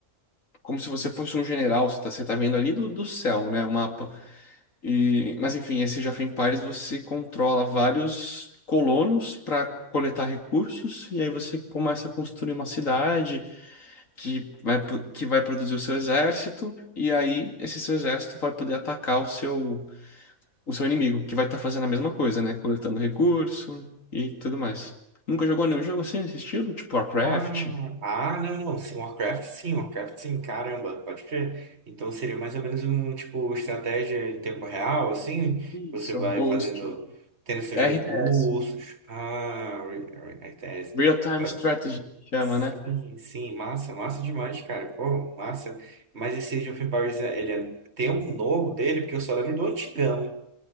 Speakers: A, on the left (about 70°); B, on the right (about 50°).
A: Como se você fosse um general, você tá, você tá vendo ali do, do céu, né? O mapa. E, mas enfim, esse Age of Empires você controla vários colonos para coletar recursos, e aí você começa a construir uma cidade que vai, pro- que vai produzir o seu exército, e aí esse seu exército vai poder atacar o seu o seu inimigo, que vai estar fazendo a mesma coisa, né? Coletando recurso e tudo mais. Nunca jogou nenhum jogo assim nesse estilo? Tipo Warcraft?
B: Ah, ah, não, não. Sim, Warcraft sim, Warcraft sim, caramba, pode crer. Então seria mais ou menos um tipo estratégia em tempo real, assim,
A: Isso,
B: você vai
A: o
B: fazendo,
A: estilo
B: tendo seus
A: RTS.
B: recursos. Ah, re- re- RTS.
A: Real-time
B: Vai-
A: strategy que chama,
B: Sim,
A: né?
B: sim, massa, massa demais, cara. Pô, massa. Mas esse Age of Empires, ele é- tem algum novo dele? Porque eu só lembro do antigão.